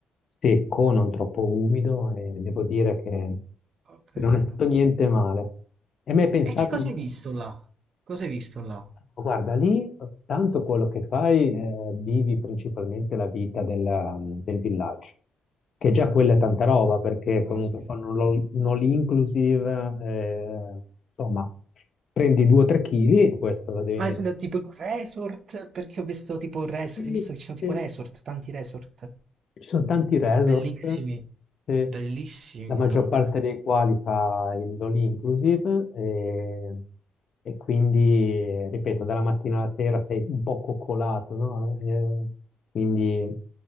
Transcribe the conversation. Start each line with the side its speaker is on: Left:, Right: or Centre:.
Left: secco, non troppo umido, e devo dire che
Right: Ho capito.
Left: che non è stato niente male. E mi hai pensato
Right: E che cosa
Left: di...
Right: hai visto là? Cosa hai visto là?
Left: Guarda, lì tanto quello che fai, eh, vivi principalmente la vita della- del villaggio, che già quella è tanta roba, perché comunque
Right: Caspita.
Left: con un all- un all-inclusive, eh, insomma, prendi 2-3 kg, questo lo devi
Right: Ma
Left: mettere.
Right: è stato tipo in un resort, perché ho visto tipo un resort,
Left: Sì,
Right: visto che ci sono tipo resort, tanti resort,
Left: Ci sono tanti resort,
Right: bellissimi,
Left: eh,
Right: bellissimi
Left: la maggior
Right: proprio.
Left: parte dei quali fa il all inclusive e, e quindi, ripeto, dalla mattina alla sera sei un po' coccolato, no? Eh, quindi